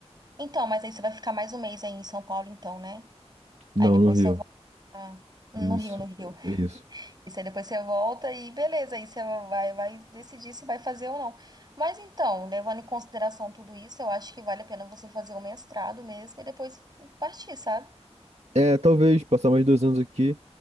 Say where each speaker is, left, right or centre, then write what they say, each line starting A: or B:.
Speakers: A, on the right; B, on the right.
A: Então, mas aí você vai ficar mais um mês aí em São Paulo, então, né?
B: Não,
A: Aí depois
B: no Rio.
A: você volta no
B: Isso,
A: Rio, no Rio.
B: isso.
A: Isso aí depois você volta e beleza, aí você vai, vai decidir se vai fazer ou não. Mas então, levando em consideração tudo isso, eu acho que vale a pena você fazer o mestrado mesmo e depois partir, sabe?
B: É, talvez passar mais dois anos aqui